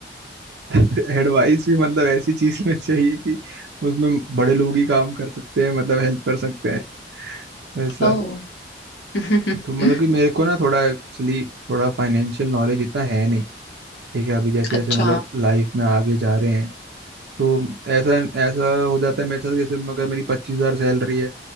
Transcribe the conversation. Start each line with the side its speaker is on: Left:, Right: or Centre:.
Right: <laughs> एडवाइस भी मतलब ऐसी चीज़ में चाहिए कि उसमें बड़े लोग ही काम कर सकते हैं मतलब हेल्प कर सकते हैं वैसा
Left: ओ <laughs>
Right: तो मतलब कि मेरे को ना थोड़ा एक्चुअली थोड़ा फाइनेंशियल नॉलेज इतना है नहीं ठीक है अभी जैसे जैसे
Left: अच्छा
Right: मतलब लाइफ में आगे जा रहे हैं तो ऐसा ऐसा हो जाता है मेरे साथ जैसे अगर मेरी पच्चीस हजार सैलरी है